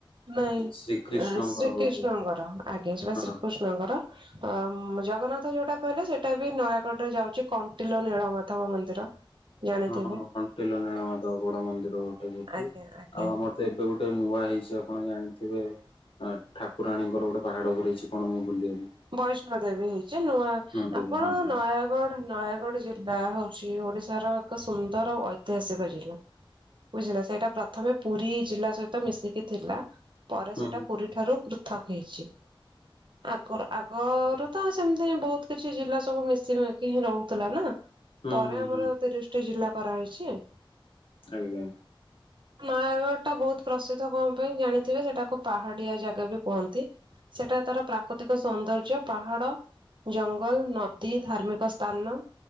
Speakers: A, on the right; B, on the left.
A: ନାଇଁ
B: ଶ୍ରୀକୃଷ୍ଣଙ୍କର
A: ଶ୍ରୀକୃଷ୍ଣଙ୍କର
B: ବୋଧେ
A: ଆଜ୍ଞା ସେ
B: ହଁ
A: ଶ୍ରୀକୃଷ୍ଣଙ୍କର ଅ ଜଗନ୍ନାଥ ଯୋଉଟା କହିଲେ ସେଇଟା ବି ନୟାଗଡ଼ ରେ ଯାଉଛି କଣ୍ଟିଲ ନୀଳମାଧବ ମନ୍ଦିର ଜାଣିଥିବେ
B: ହଁ କଣ୍ଟିଲ ନୀଳମାଧବ ଗୋଡ ମନ୍ଦିର ଗୋଟେ ଯଠି
A: ଆଜ୍ଞା ଆଜ୍ଞା
B: ଆଉ ଆମର ତ ଏବେ ଗୋଟେ ନୂଆ ହେଇଛି ଆପଣ ଜାଣିଥିବେ ଆ ଠାକୁରାଣୀଙ୍କର ଗୋଟେ ପାହାଡ଼ ଉପରେଇଛି କଣ ମୁଁ ବୁଲିବି
A: ବୈଷ୍ଣୋ ଦେବୀ ହେଇଛି ନୂଆ
B: ଦେବୀ
A: ଆପଣ
B: ହଁ ହଁ
A: ନୟାଗଡ଼ ନୟାଗଡ ପା ହଉଛି ଓଡିଶାର ଏକ ସୁନ୍ଦର ଐତିହାସିକ ଜିଲ୍ଲା ବୁଝିଲା ସେଇଟା ପ୍ରଥମେ ପୁରୀ ଜିଲ୍ଲା ସହିତ ମିଶିକି ଥିଲା ପରେ
B: ହୁଁ
A: ସେଟା ପୁରୀ ଠାରୁ ପୃଥକ ହେଇଛି ଆଗର ଆଗରୁ ତ ସେମିତି ବହୁତ କିଛି ଜିଲ୍ଲା ସବୁ ମିଶିି ହିଁ ରହୁଥିଲା ନା
B: ହୁଁ
A: ପରେ
B: ହୁଁ ହୁଁ
A: ଆମର
B: ହୁଁ
A: ତିରିଶ ଟି ଜିଲ୍ଲା କରାହେଇଛି
B: ଆଜ୍ଞା
A: ନୟାଗଡ଼ ଟା ବହୁତ ପ୍ରସିଦ୍ଧ କଣ ପାଇଁ ଜାଣିଥିବେ ସେଟାକୁ ପାହାଡିଆ ଜାଗା ବି କୁହନ୍ତି ସେଟା ତାର ପ୍ରାକୃତିକ ସୌନ୍ଦର୍ଯ୍ୟ ପାହାଡ ଜଙ୍ଗଲ ନଦୀ ଧାର୍ମିକ ସ୍ଥାନ